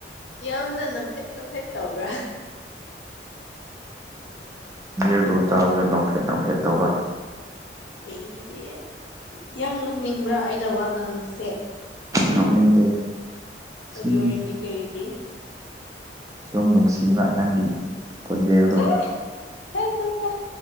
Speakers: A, on the left; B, on the right.
A: ꯌꯥꯝꯅ ꯅꯣꯛꯐꯦꯠ ꯅꯣꯛꯐꯦꯠ ꯇꯧꯕ꯭ꯔꯥ
B: ꯑꯗꯨ ꯇꯥꯕꯗ ꯅꯣꯛꯐꯦꯠ ꯅꯣꯛꯐꯦꯠ ꯇꯧꯕ
A: ꯑꯩ ꯌꯥꯝ ꯅꯣꯛꯅꯤꯡꯕ꯭ꯔꯥ ꯑꯩꯅ ꯋꯥ ꯉꯥꯡꯕꯁꯦ
B: ꯅꯣꯛꯅꯤꯡꯗꯦ ꯁꯨꯝ
A: ꯑꯗꯨ ꯑꯣꯏꯔꯗꯤ ꯀꯔꯤꯒꯤ
B: ꯁꯨꯝ ꯅꯨꯡꯁꯤꯕ ꯅꯪꯒꯤ ꯈꯣꯟꯖꯦꯜꯗꯣ
A: ꯆꯥ ꯆꯥ ꯆꯥ ꯆꯥ